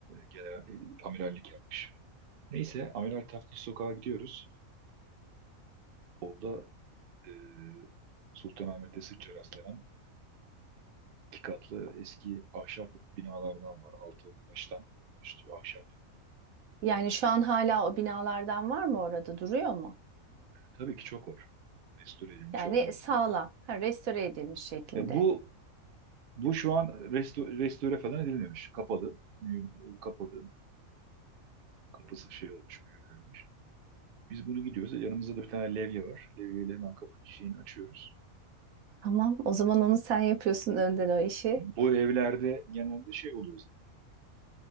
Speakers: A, on the right; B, on the right.
A: Genel e, amirallik yapmış. Neyse Amiral Taktil sokağa gidiyoruz. Orada e, Sultanahmet'te sıkça rastlanan iki katlı eski ahşap binalardan var. Altı taştan, üstü ahşap.
B: Yani şu an hala o binalardan var mı orada? Duruyor mu?
A: Tabii ki çok var. Restore edilmiş
B: Yani
A: olanı.
B: sağlam, ha, restore edilmiş şekilde.
A: E, bu Bu şu an resto- restore falan edilmemiş. Kapalı. Mühür- Kapalı. Kapısı şey olmuş, mühürlenmiş. Biz bunu gidiyoruz. Yanımızda da bir tane levye var. Levyeyle hemen kapı şeyini açıyoruz.
B: Tamam, o zaman onu sen yapıyorsun önden o işi.
A: Bu evlerde genelde şey oluyor zaten.